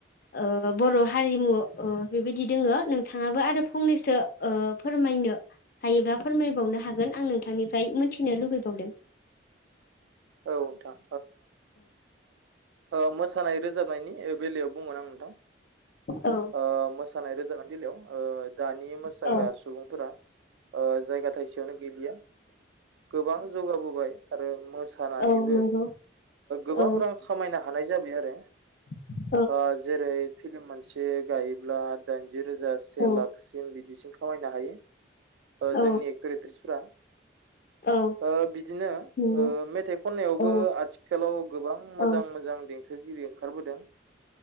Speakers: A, on the left; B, on the right.
A: ओ बर' हारिमु ओ बेबायदि दोङो नोंथाङाबो आरो फंनैसो ओ फोरमायनो हायोब्ला फोरमायबावनो हागोन आं नोंथांनिफ्राय मोनथिनो लुगै बावदों।
B: औ नोंथां। अ मोसानाय रोजाबनायनि बेलायाव बुंगोन आं नोंथां।
A: औ।
B: ओ मोसानाय रोजानाय बेलायाव ओ दानि मोसाग्रा
A: औ
B: सुबुंफोरा ओ जायगा थाइसेयावनो गैलिया गोबां जौगाबोबाय आरो मो सानानैबो
A: औ नंगौ
B: गोबां
A: औ
B: रां खामायनो हानाय जाबाय आरो।
A: <inaudible>
B: ओ जेरै फिल्म मोनसे गायोब्ला दाइनजि रोजा से
A: औ
B: लाखसिम बिदि खामायनो हायो ओ
A: औ
B: जोंनि एक्टर एक्ट्रिसफोरा।
A: औ
B: ओ बिदिनो
A: नंगौ
B: ओ मेथाइ खननायावबो
A: औ
B: आथिखालाव गोबां मोजां
A: औ
B: मोजां देंखोगिरि ओंखारबोदों